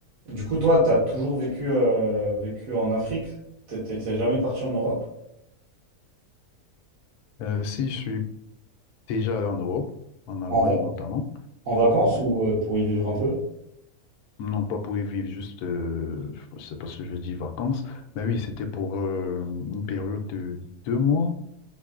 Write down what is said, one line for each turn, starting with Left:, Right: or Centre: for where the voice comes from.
Right: Du coup, toi, t'as toujours vécu, euh, vécu en Afrique? T'es t'es- t'es jamais parti en Europe?
Left: Euh, si je suis déjà allé en Europe, en Allemagne
Right: En, va-
Left: notamment,
Right: en vacances
Left: euh,
Right: ou euh, pour y vivre un peu?
Left: non pas pour y vivre juste, euh, je sais pas si je dis vacances, mais oui, c'était pour euh, une période de deux mois,